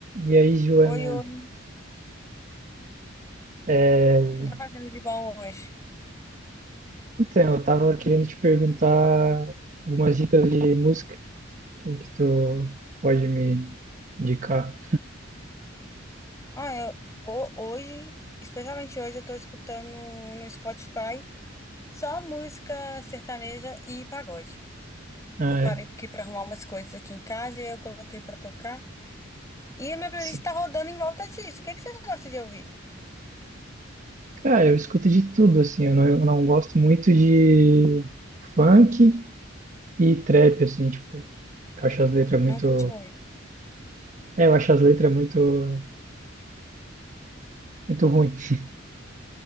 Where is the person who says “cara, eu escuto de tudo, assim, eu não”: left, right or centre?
Right